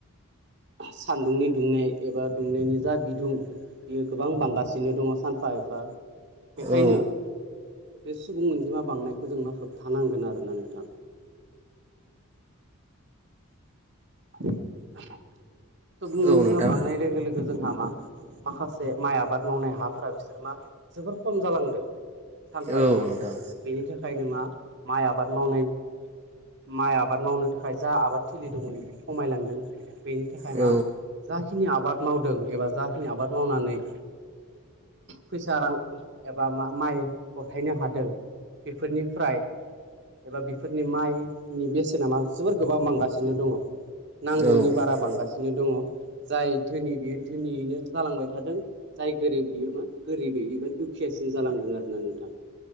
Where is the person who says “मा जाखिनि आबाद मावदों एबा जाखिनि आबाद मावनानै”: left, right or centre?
Right